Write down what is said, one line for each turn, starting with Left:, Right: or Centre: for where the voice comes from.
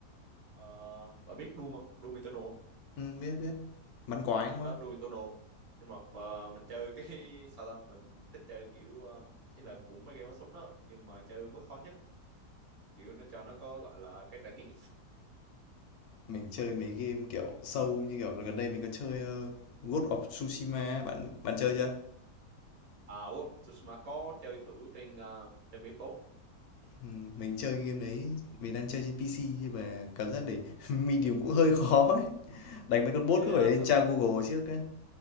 Right: ờ, bạn biết Doom không Doom Eternal
Left: Ừm, biết, biết. Bắn quái, đúng không?
Right: đó Doom đúng không mà mình chơi cái <laughs> sao ta mình thích chơi kiểu ờ, ý là cũng mấy game bắn súng đó nhưng mà chơi mức khó nhất á. kiểu nó cho nó có gọi là cái trải nghiệm
Left: Mình chơi mấy game, kiểu, sâu như kiểu là gần đây mình có chơi, ơ, Ghost of Tsushima á, bạn bạn chơi chưa?
Right: à quên Tsushima có chơi thử trên ờ, trên PS4
Left: Ừm, mình chơi game đấy, mình đang chơi trên PC nhưng mà cảm giác để <laughs> medium cũng hơi khó ấy. Đánh mấy con boss
Right: cái
Left: cứ
Right: ờ,
Left: phải lên
Right: sao
Left: tra
Right: ta
Left: Google trước ấy.